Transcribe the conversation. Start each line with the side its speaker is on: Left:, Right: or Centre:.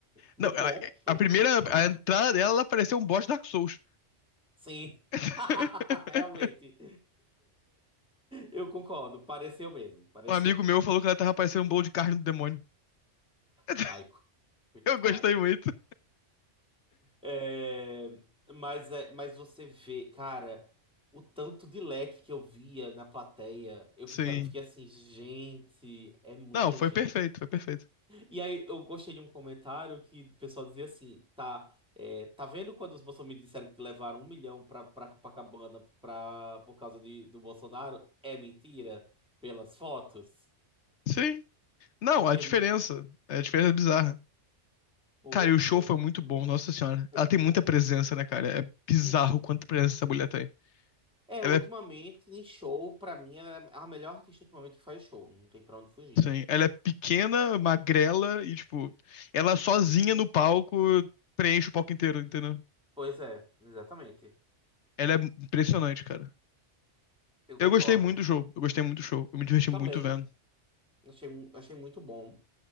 Centre: Muito
Left: Não, a
Centre: bom, estou
Left: a primeira,
Centre: excelente.
Left: a entrada dela, ela pareceu um boss de Dark Souls.
Centre: Sim,
Left: <laughs>
Centre: <laughs> realmente. Eu concordo, pareceu mesmo, pareceu.
Left: Um amigo meu falou que ela tava parecendo um bolo de carne do demônio. <laughs>
Centre: Ai, co- coitado.
Left: Eu gostei muito.
Centre: É, mas, é, mas você vê, cara, o tanto de leque que eu via na plateia, eu
Left: Sim.
Centre: fica, eu fiquei assim, gente, é muita
Left: Não, foi
Centre: gente.
Left: perfeito, foi perfeito.
Centre: E aí eu gostei de um comentário que o pessoal dizia assim, tá, é, tá vendo quando os bolsonaristas disseram que levaram um milhão pra, pra Copacabana pra, por causa de, do Bolsonaro? É mentira? Pelas fotos?
Left: Sim. Não,
Centre: Porque
Left: a diferença.
Centre: não...
Left: é A diferença é bizarra.
Centre: Pois
Left: Cara, e o show
Centre: é,
Left: foi muito bom, nossa senhora.
Centre: foi
Left: Ela
Centre: muito
Left: tem
Centre: bom.
Left: muita presença, né, cara? É bizarro
Centre: Uhum.
Left: quanta presença essa mulher tem.
Centre: É,
Left: Ela
Centre: ultimamente,
Left: é,
Centre: em show, pra mim, ela é a melhor artista ultimamente que faz show. Não tem pra onde fugir.
Left: sim, ela é pequena, magrela e, tipo, ela sozinha no palco preenche o palco inteiro, entendeu?
Centre: Pois é, exatamente.
Left: Ela é impressionante, cara.
Centre: Eu concordo.
Left: Eu gostei muito do show, eu gostei muito do show, eu me diverti
Centre: Também,
Left: muito vendo.
Centre: achei, mu- achei muito bom.